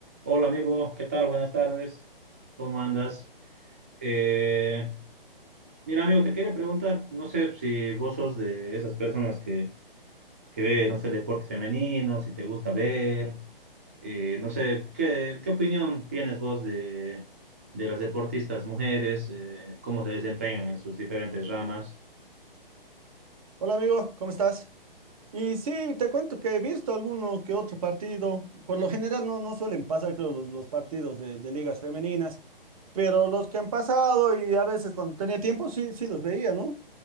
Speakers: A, on the right; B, on the right.
A: Hola amigo, ¿qué tal? Buenas tardes, ¿cómo andas? Eh, mira amigo, te quería preguntar, no sé si vos sos de esas personas que, que ve, no sé, deporte femenino, si te gusta ver, eh, no sé, ¿qué, qué opinión tienes vos de, de las deportistas mujeres, eh, cómo se desempeñan en sus diferentes ramas?
B: Hola amigo, ¿cómo estás? Y sí, te cuento que he visto alguno que otro partido. Por lo general no, no suelen pasar, creo, los, los partidos de, de ligas femeninas, pero los que han pasado y a veces cuando tenía tiempo sí, sí los veía, ¿no?